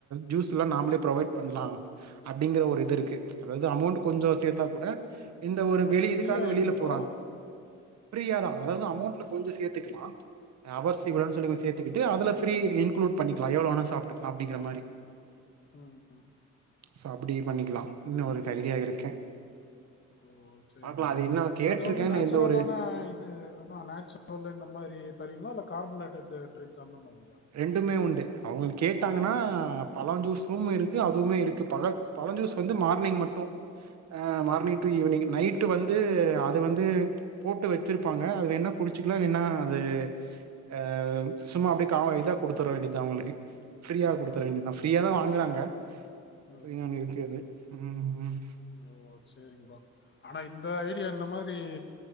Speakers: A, on the right; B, on the left.
A: ஜூஸ்லா நாமளே ப்ரொவைட் பண்ணலாம் அப்டிங்கிற
B: ம்
A: ஒரு இது இருக்கு அதாவது அமௌண்ட் கொஞ்சம் சேந்தா கூட இந்த ஒரு
B: அது
A: வெளி
B: ஃப்ரீயாக
A: இதுக்காக வெளியில
B: எப்படி ப்ரோ
A: போறாங்க ஃபிரியாதா அதாவது அமௌண்ட்ல கொஞ்சம் சேத்துக்கிலா அவர்ஸ்
B: ம்
A: இவ்ளோன் சொல்லி சேத்துக்கிட்டு அதுல ஃபிரி இன்குளூட் பண்ணிக்கிலா எவ்ளோ வேணா சாப்ட்டுக்கலாம் அப்டிங்கிற மாரி
B: ம் ம்
A: சோ அப்டி பண்ணிக்கலா இன்னும் ஒரு ஐடியா இருக்
B: கு ஓ சேரிங்
A: பாக்கலாம்.
B: ப்ரோ
A: அது இன்னும் கேட்டிருக்கேன்.
B: அது வந்து நேச்சுரலான
A: நான், எந்த ஒரு
B: இது அதா நேச்சுரல்ல இந்த மாரி தரிங்களா இல்ல கார்பனேட்டட் டி டிரிங்க் அந்த மாதிரியா
A: ரெண்டுமே உண்டு அவுங்களுக் கேட்டாங்கன்னா
B: ம்
A: பழஞ் ஜூஸும் இருக்கு அதுவுமே இருக்கு பழ பழஞ் ஜூஸ் வந்து மார்னிங் மட்டும் ஆ
B: ம்
A: மார்னிங் டு ஈவினிங் நைட்டு வந்து அது வந்து போட்டு வச்சிருப்பாங்க அது வேனா குடிச்சுக்லா இல்லின்னா அது அ சும்மா அப்டே தா இதா குடுத்துர வேண்டிதா அவங்களுக்கு ப்ரீயா குடுத்துற
B: ம்
A: வேண்டிதா ஃப்ரீயா தா வாங்குறாங்க
B: ம்
A: ஃப்ரீயா ஒன் இருக்கு அது ம் ம்
B: ஓ செரிங்ப்பா ஆனா இந்த ஐடியா இந்த மாரி